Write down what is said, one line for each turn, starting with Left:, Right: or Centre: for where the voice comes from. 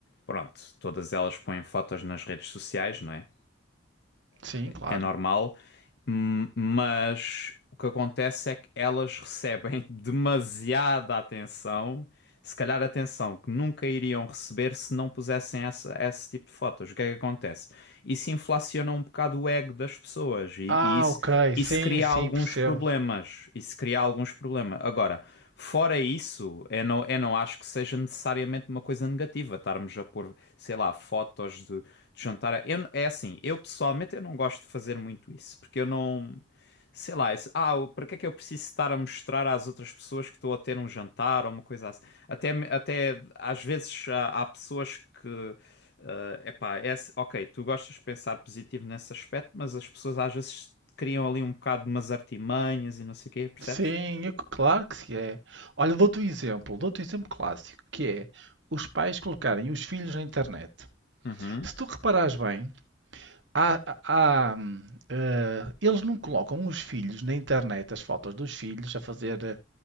Left: pronto, todas elas põem fotos nas redes sociais, não é?
Right: Sim, claro.
Left: é normal, hum, mas o que acontece é que elas recebem <laughs> demasiada atenção, se calhar atenção que nunca iriam receber se não pusessem essa, esse tipo de fotos. O que é que acontece? Isso inflaciona um bocado o ego das pessoas e,
Right: Ah,
Left: e isso,
Right: ok.
Left: isso
Right: Sim,
Left: cria
Right: sim,
Left: alguns
Right: percebo.
Left: problemas. Isso cria alguns problemas. Agora, fora isso, eu não, eu não acho que seja necessariamente uma coisa negativa estarmos a pôr, sei lá, fotos de, de jantar. a- Eu, é assim, eu pessoalmente eu não gosto de fazer muito isso, porque eu não. Sei lá, isso, ah, o- para que é que eu preciso estar a mostrar às outras pessoas que estou a ter um jantar ou uma coisa assim? Até, me- até às vezes há, há pessoas que. é epá, é, assim, ok, tu gostas de pensar positivo nesse aspecto, mas as pessoas às vezes criam ali um bocado de umas artimanhas e não sei o quê, percebes?
Right: Sim, eu- claro que se é. Olha, dou-te um exemplo, dou-te um exemplo clássico, que é os pais colocarem os filhos na internet.
Left: Uhum.
Right: Se tu reparares bem, há- há, hum, eh, eles não colocam os filhos na internet, as fotos dos filhos, a fazer eh,